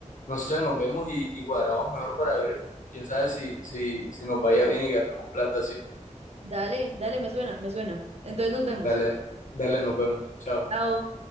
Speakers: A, on the left; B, on the right.
A: no sé, nos vemos y, y cuadramos mejor para ver, quién sabe si, si, si nos vaya bien y ganemos plata, sí.
B: Dale, dale, me suena, me suena. Entonces nos vemos.
A: Dale, dale, dale, nos vemos. Chao.
B: Chao.